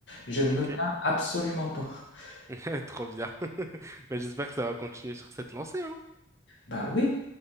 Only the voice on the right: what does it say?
ok,
<laughs> trop bien. <laughs> Ben, j'espère que ça va continuer sur cette lancée, hein.